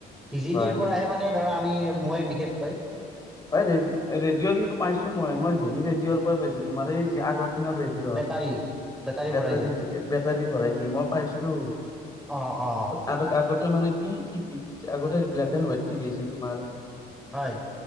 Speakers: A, in the centre; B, on the left.
A: V C
B: হয়
A: ডিৰ পৰাহে মানে ধৰা আমি মই বিশেষ
B: ৰে ৰেডিঅ' কিন্তু পাইছো মই, মই হেৰি ৰেডিঅ' পৰা পাইছো তোমাৰ এই যে আগৰ দিনৰ ৰেডিঅ',
A: বেটাৰী
B: বেটাৰী,
A: ভৰাই যায়
B: বেটাৰী ভৰাই যে, মই পাইছিলো।
A: অ', অ'।
B: আগতে, আগতে মানে কি, টিভি আগতে ব্লেক এণ্ড হোৱাইট টিভি আছিল তোমাৰ।
A: হয়।